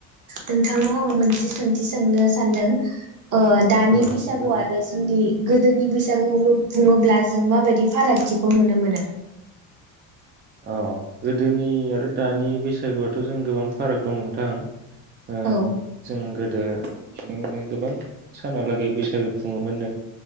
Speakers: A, on the right; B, on the right.
A: नोंथांनाव आङो मोनसे सोंथि सोंनो सानदों। ओ दानि
B: औ
A: बैसागु
B: सोंजागोन
A: आरो जोंनि गोदोनि बैसागु बुङोब्ला जों मा बायदि फारागथिखौ नुनो मोनो?
B: अ गोदोनि आरो दानि बैसागुआथ' जों गोबां फाराग दं नोंथां। ओ
A: औ
B: जों गोदो सिगांआवहाय गोबां सानहालागै बैसागो खुङोमोननो।